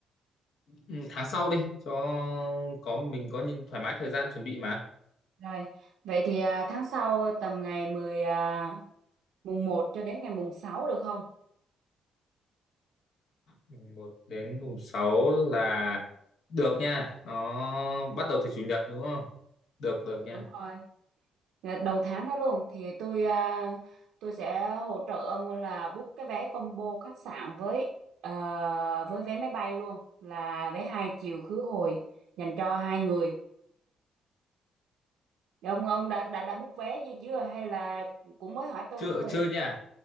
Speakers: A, on the left (about 75°); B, on the right (about 80°).
A: Ừ, Tháng sau đi cho có mình có nhìn thoải mái thời gian chuẩn bị mà.
B: Rồi, vậy thì à, tháng sau tầm ngày mười à, mùng một cho đến ngày mùng 6 được không?
A: Mùng 1 đến mùng 6 là được nha. Nó bắt đầu từ chủ nhật đúng không? Được được nha.
B: Đúng rồi. Là đầu tháng đó luôn thì tôi à, tôi sẽ hỗ trợ ông là book cái vé combo khách sạn với à, với vé máy bay luôn là vé hai chiều khứ hồi dành cho hai người. Thì Ông ông đã đã đã book vé gì chưa hay là cũng mới hỏi tôi
A: Chưa
B: thôi?
A: chưa nha.